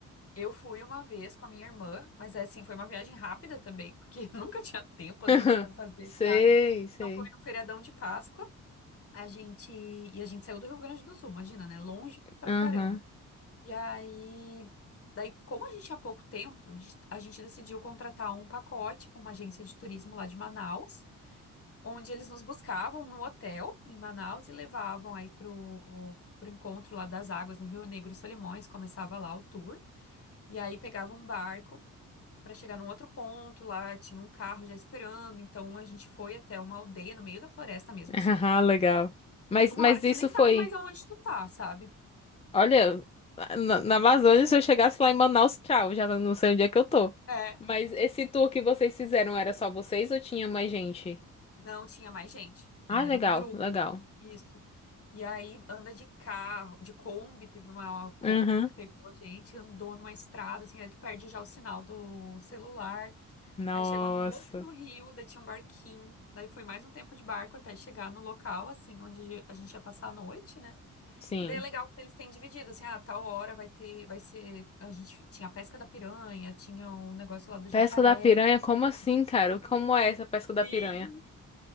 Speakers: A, on the left; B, on the left.
A: Eu fui uma vez com a minha irmã, mas é assim, foi uma viagem rápida também, porque <laughs> eu nunca tinha tempo assim
B: <laughs>
A: para fazer
B: Sei,
A: nada.
B: sei.
A: Então foi no feriadão de Páscoa. A gente e a gente saiu do Rio Grande do Sul, imagina, né? Longe pra
B: Aham.
A: caramba. E aí, daí como a gente tinha pouco tempo, a gente a gente decidiu contratar um pacote com uma agência de turismo lá de Manaus. onde eles nos buscavam no hotel em Manaus e levavam aí pro, pro encontro lá das águas no Rio Negro e Solimões, começava lá o tour, e aí pegava um barco para chegar num outro ponto, lá tinha um carro já esperando, então a gente foi até uma aldeia no meio da floresta mesmo,
B: <laughs>
A: assim.
B: Ah, legal. Mas
A: Chega uma
B: mas
A: hora que
B: isso
A: tu nem sabe
B: foi
A: mais aonde tu tá, sabe?
B: Olha, na, na Amazônia, se eu chegasse lá em Manaus, tchau, já não sei onde é que eu tô.
A: É,
B: Mas esse tour que vocês fizeram era só vocês ou tinha mais gente?
A: não tinha mais gente, era
B: Ah, legal,
A: um grupo.
B: legal.
A: Isso. E aí anda de carro, de Kombi, teve uma Kombi
B: Uhum.
A: que pegou a gente, andou numa estrada, assim, aí tu perde já o sinal do celular.
B: Nossa.
A: Aí chegou num outro rio, daí tinha um barquinho, daí foi mais um tempo de barco até chegar no local, assim, onde a gente ia passar a noite, né?
B: Sim.
A: E daí é legal que eles têm dividido, assim, ah, tal hora vai ter, vai ser, a gente tinha a pesca da piranha, tinha um negócio lá do jacaré.
B: Pesca da piranha? Como assim, cara? Como é essa pesca da
A: Sim.
B: piranha?